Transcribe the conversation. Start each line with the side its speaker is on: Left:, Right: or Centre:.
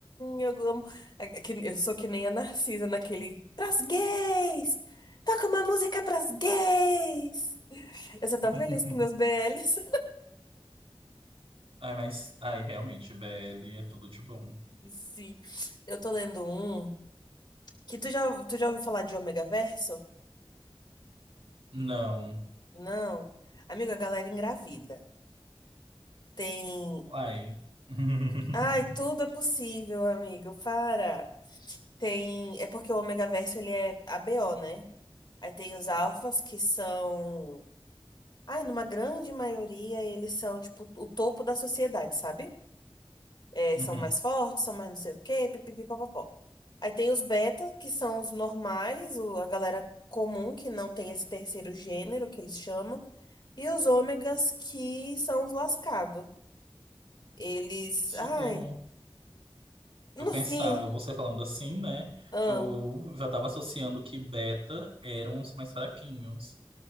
Left: eu amo. É é que Eu sou que nem a Narcisa naquele pras gays! Toca uma música pras gays! Eu sou tão
Right: <laughs>
Left: feliz com meus BLs.
Right: Ai, mas, ai, realmente, BL é tudo de bom.
Left: <laughs> Sim, eu tô lendo um. Que tu já, tu já ouviu falar de ômega verso?
Right: Não.
Left: Não. Amiga, a galera engravida. Tem.
Right: Ai. <laughs>
Left: Ai, tudo é possível, amigo. Para. Tem. É porque o ômega verso ele é ABO, né? Aí tem os alfas que são. Ai, numa grande maioria, eles são, tipo, o topo da sociedade, sabe? é,
Right: Uhum.
Left: são mais fortes, são mais não sei o quê, pipipi, papapó. Aí tem os beta, que são os normais, o- a galera comum, que não tem esse terceiro gênero, que eles chamam. E os ômegas, que são os lascados. Eles, ai,
Right: Socorro.
Left: no
Right: Eu pensava,
Left: fim,
Right: você falando assim, né?
Left: ah,
Right: Eu já tava associando que beta eram os mais fraquinhos.